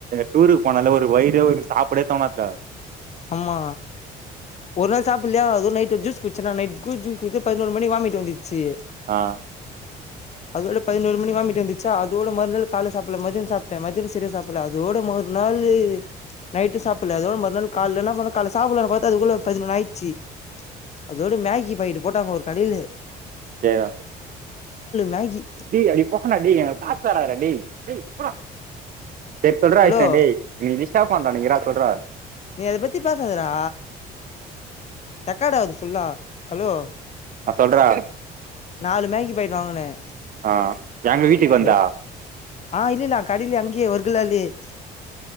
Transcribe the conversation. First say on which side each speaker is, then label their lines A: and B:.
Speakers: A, on the right; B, on the left.
A: டூருக்கு போனால ஒரு வயிற ஒரு சாப்டே தோனாது
B: ஆமா ஒரு நாள் சாப்பிடலையா அதுவும் நைட் ஜூஸ் குடிச்சா நைட் ஜூ குத்து பதினோரு மணிக்கு வாமிட்டு வந்துச்சு
A: ஆஹ்
B: அதோட பதினோரு மணி வாம்மிட்டு வந்துச்சா அதோட மறுநாள் காலை சாப்பிடல மதியம் சாப்பிட்டேன் மதியனம் சரியா சாப்பிடல அதோட மறுநாள் நைட்டும் சாப்பிடல அதோட மறுநாள் கால்லலா எல்லாம் பாத்தா காலைல சாப்பிடலான்ன பார்த்த அதுக்குள்ள பதினொன்னு ஆயிடுச்சு அதோடு மேகி பாயிட்டு போட்டாங்க ஒரு கடைல
A: யான்
B: மேகி
A: அப்டி போட்டான காத்து வராதுடா டேய் யேய் குட்ரா சரி சொல்ற
B: ஹலோ
A: ஆ டே நிதிஷ்டா போய் நா நீங்க இராக சொல்றா
B: நீ அதை பத்தி பேசாதடா ரெக்கார்ட் ஆகுது ஃபுல்லா ஹலோ
A: சொல்றா
B: நாலு மேகி பாயிட்டு வாங்கினேன்
A: ஆ எங்க வீட்டுக்கு
B: அ
A: வந்தா
B: ஆஹ் இல்லல்ல கடைல அங்கே வர்குலாலே <inaudible>